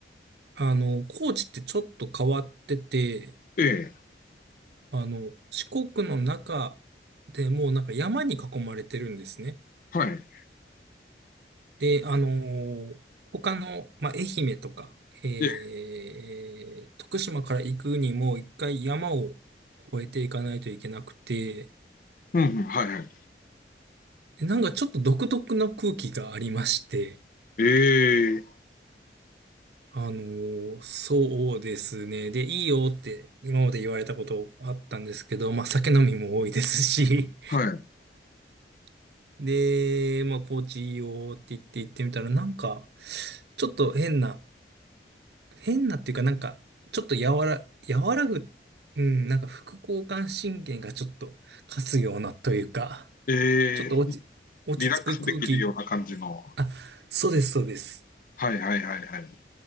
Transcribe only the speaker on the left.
ええ、
はい。
ええ、
うんうん、はいはい。
ええ、
はい。
え
え、
リラックスできるような感じの。
はいはいはいはい。